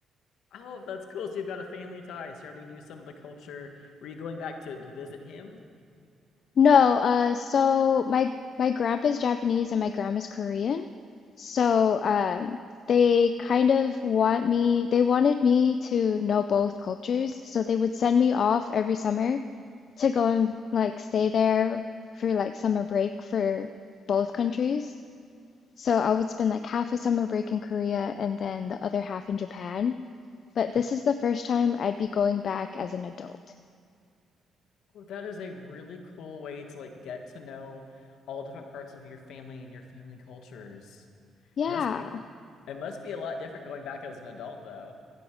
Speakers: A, on the left; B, on the left.
A: Oh, that's cool. So you've got a family tie. So you already knew some of the culture. Were you going back to, to visit him,
B: No, uh, so my my grandpa's Japanese and my grandma's Korean. So, um, they kind of want me, they wanted me to know both cultures. So they would send me off every summer to go and like stay there for like summer break for both countries. So I would spend like half a summer break in Korea and then the other half in Japan. But this is the first time I'd be going back as an adult.
A: Oh, That is a really cool way to like get to know all different parts of your family and your family cultures.
B: Yeah.
A: It must be it must be a lot different going back as an adult though.